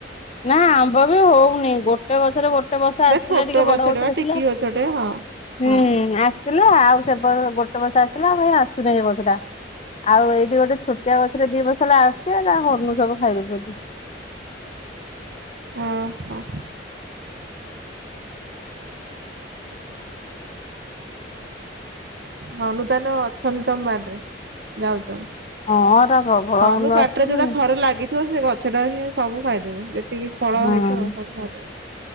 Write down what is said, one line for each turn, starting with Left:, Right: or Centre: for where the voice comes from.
Left: ନା ଆମ୍ବ ବି ହଉନି ଗୋଟେ ଗଛରେ ଗୋ ଗୋଟେ ବର୍ଷ ଆସିଥିଲା
Right: ନା ଛୋଟ
Left: ଟିକେ ବଡ ଗଛଟେ
Right: ବା ଟିକି
Left: ଥିଲା
Right: ଗଛଟେ ହଁ।
Left: ହୁଁ-ଉ-ଉ
Right: ହଁ
Left: ଆସ୍ ଥିଲା ଆଉ ସେ ବ-ଅ-ଅ ଗୋଟେ ବର୍ଷ ଆସିଥିଲା ଆଉ କାଇ ଆସୁନି ଏ ବସଟା। ଆଉ ଏଇଠି ଗୋଟେ ଛୋଟିଆ ଗଛରେ ଦି ବସ ହେଲା ଆସୁଛି ଏଟା ହନୁ ସବୁ ଖାଇଦେଉଛନ୍ତି।
Right: ଓ ହଁ। ହନୁ ତାହେଲେ ଅଛନ୍ତି ତମ ବାଡିରେ ଯାଉଛନ୍ତି।
Left: ହଁ ଏରା ପ୍ରବଳ
Right: ହନୁ ପାଟିରେ
Left: ଆସୁଛନ୍ତି
Right: ଯୋଉଟା ଥରେ ଲାଗି ଥିବ ସେ ଗଛଟା ହିଁ ସବୁ ଖାଇଦେବେ ଯେତିକି ଫଳ
Left: ହଁ
Right: ହେଇଥିବ ସବୁ ଖାଇଦେବେ।